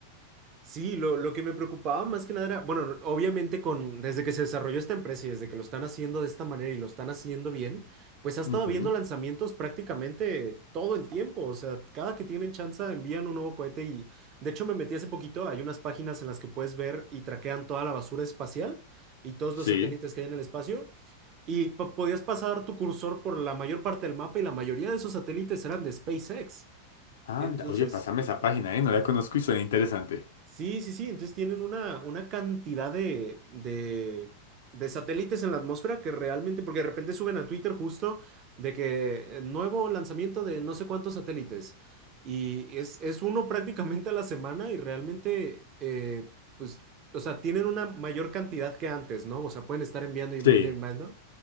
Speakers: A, on the right; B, on the left.
A: Sí, lo, lo que me preocupaba más que nada era, bueno, no- obviamente con, desde que se desarrolló esta empresa y desde que lo están haciendo de esta manera y lo están haciendo bien, pues ha estado
B: Ujú,
A: habiendo lanzamientos prácticamente todo el tiempo. O sea, cada que tienen chance envían un nuevo cohete y de hecho me metí hace poquito, hay unas páginas en las que puedes ver y traquean toda la basura espacial y todos
B: Sí.
A: los satélites que hay en el espacio. Y po- podías pasar tu cursor por la mayor parte del mapa y la mayoría de esos satélites eran de SpaceX.
B: Anda.
A: Entonces,
B: Oye, pásame esa página, ¿eh? No la conozco y suena interesante.
A: Sí, sí, sí. Entonces tienen una, una cantidad de, de, de satélites en la atmósfera que realmente, porque de repente suben a Twitter justo de que eh, nuevo lanzamiento de no sé cuántos satélites. Y es, es uno <laughs> prácticamente a la semana y realmente, eh, pues, o sea, tienen una mayor cantidad que antes, ¿no? O sea, pueden estar enviando y enviando
B: Sí.
A: y enviando.